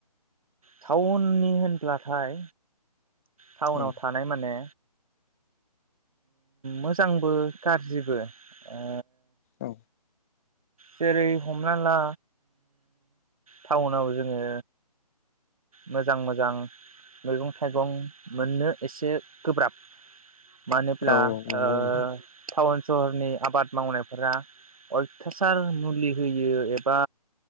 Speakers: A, on the right; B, on the left.
A: टाउननि होनब्लाथाय टाउनाव
B: औ
A: थानाय माने मोजांबो गाजाज्रिबो। ए।
B: औ
A: जेरै हमना ला टाउनाव जोङो मोजां मोजां मैगं थाइगं मोननो एसे गोब्राब। मानोब्ला
B: औ नंगौ
A: ओ
B: नोंथां
A: सहरनि आबाद मावनायफोरा अलथा हासार मुलि होयो एबा